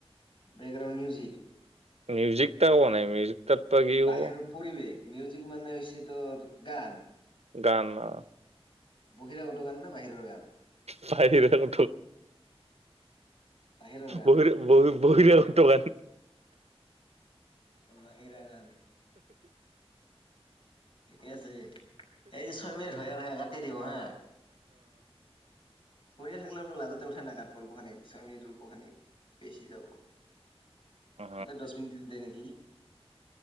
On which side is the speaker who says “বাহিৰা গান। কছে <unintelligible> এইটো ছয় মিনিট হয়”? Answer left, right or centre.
Left